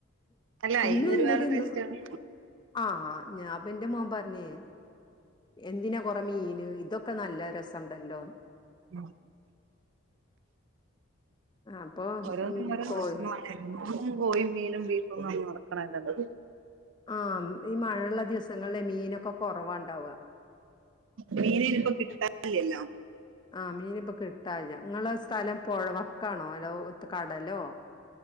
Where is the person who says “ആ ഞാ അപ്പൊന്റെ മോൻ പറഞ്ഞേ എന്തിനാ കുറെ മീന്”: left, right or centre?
Left